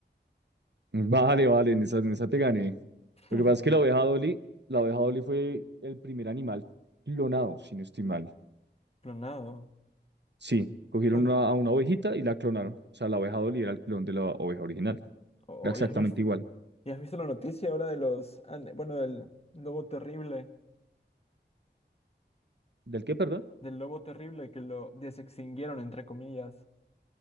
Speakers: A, on the right; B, on the left.
A: <laughs> Vale, vale, en esa, en esa te gané.
B: <laughs>
A: Lo que pasa es que
B: Sí.
A: la oveja Dolly, la oveja Dolly fue el primer animal clonado, si no estoy mal.
B: Clonado.
A: Sí, cogieron
B: Oye,
A: una- a una ovejita y la clonaron. O sea, la oveja Dolly era el clon de la oveja original.
B: oh,
A: Era exactamente
B: ya has visto.
A: igual.
B: ¿Y has visto la noticia ahora de los, ande- bueno, del lobo terrible,
A: ¿Del qué, perdón?
B: del lobo terrible que lo desextinguieron, entre comillas?